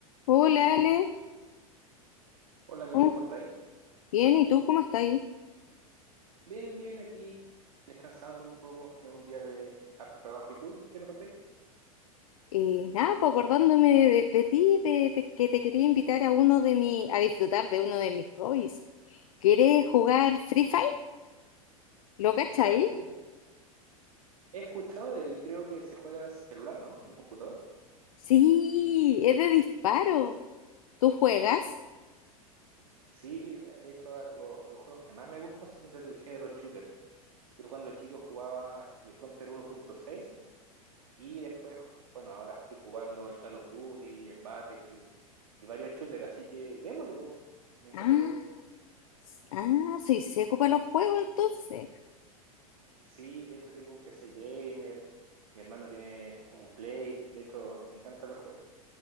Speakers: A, on the left; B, on the right.
A: Hola Ale,
B: Hola, Mile,
A: Uh,
B: ¿cómo estáis?
A: bien, ¿y tú cómo estás?
B: Bien, bien, aquí descansando un poco. Fue un día de harto trabajo. ¿Y tú? ¿Qué me contáis?
A: Eh, nada, pues acordándome de, de ti, de, de que te quería invitar a uno de mi, a disfrutar de uno de mis hobbies. ¿Quieres jugar Free Fire? ¿Lo cachai?
B: Free Fire. Ya. He escuchado del, creo que se juega en celular, ¿no? Y en computador.
A: Sí, es de disparo. ¿Tú juegas?
B: Sí, de hecho, a- lo- los juegos que más me gustan son del género shooter. Yo cuando chico jugaba el Counter uno punto seis y después, bueno, ahora estoy jugando el Call of Duty, el Battlefield y varios shooters, así que démosle, po. Me encantaría.
A: Ah, ah, soy seco para los juegos entonces.
B: Sí, de hecho tengo un PC gamer, mi hermano tiene un Play, de hecho me encantan los juegos.